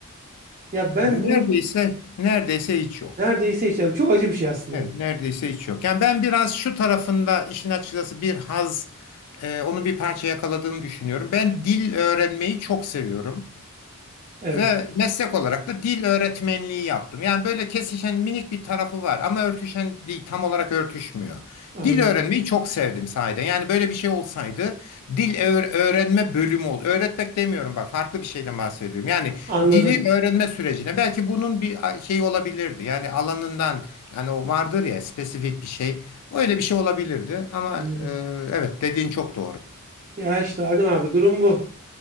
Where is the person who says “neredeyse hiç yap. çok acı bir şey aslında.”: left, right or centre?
Right